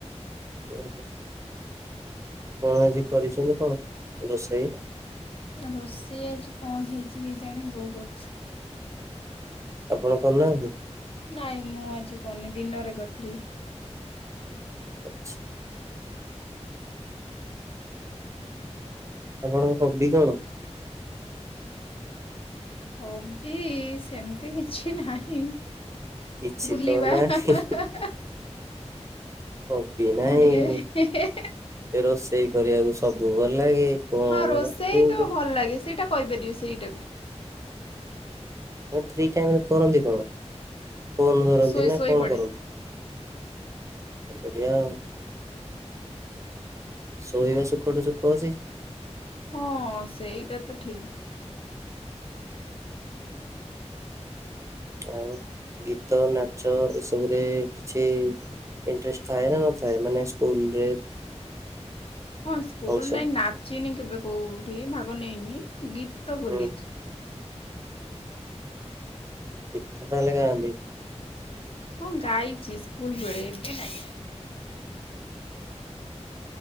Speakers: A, on the right; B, on the left.
A: ଓହୋ। କଣ ଆଜି କରିଛନ୍ତି କଣ ରୋଷେଇ?
B: ରୋଷେଇ ଆଜି କଣ ହେଇଛି କେଜାଣି ବୋଉ କରୁଛି।
A: ଆପଣ କରୁନାହାନ୍ତି?
B: ନାାଇଁ ମୁଁ ଆଜି କରିନି ଦିନରେ କରିଥିଲି।
A: ଆଛ ଆପଣଙ୍କ ହବି କଣ?
B: ହବି ସେମିତି କିଛି ନାହିଁ
A: କିଛି
B: ବୁଲିବା
A: ତ ନାହିଁ
B: ହାଁ ହାଁ ହାଁ ହାଁ।
A: ହବି ନାଇଁ
B: ଟିକେ
A: ରୋଷେଇ କରିବାକୁ ସବୁ ଭଲ ଲାଗେ। କଣ
B: ହଁ ରୋଷେଇ
A: ମାନେ କୋଉ
B: ତ ଭଲ ଲାଗେ ସେଇଟା କହିପାରିବେ ସେଇଟାକୁ
A: ଫ୍ରି ଟାଇମ୍ ରେ କରନ୍ତି କଣ ଫୋନ ଧରନ୍ତି
B: ଶୋଇ
A: ନା
B: ଶୋଇ
A: କଣ
B: ପଡେ।
A: କରନ୍ତି? ବଢ଼ିଆ ଆଉ। ଶୋଇବା ସୁଖଠୁ ସୁଖ ଅଛି।
B: ହଁ ସେଇଟା ତ ଠିକ୍।
A: ଆଉ ଗୀତ ନାଚ ଏସବୁରେ କିଛି ଇଣ୍ଟ୍ରେଷ୍ଟ ଥାଏ ନା ନଥାଏ ମାନେ ସ୍କୁଲରେ?
B: ହଁ ସ୍କୁଲ
A: ଫଙ୍କସନ୍
B: ନାଇଁ ନାଚିନି କେବେ କୋଉଠି ଭାଗ ନେଇନି ଗୀତ ବୋଲିଛି।
A: ହୁଁ ଗୀତ ତାହେଲେ ଗାଆନ୍ତି?
B: ହଁ ଗାଇଛି ସ୍କୁଲ ବେଳେ ଏବେ ନାଇଁ।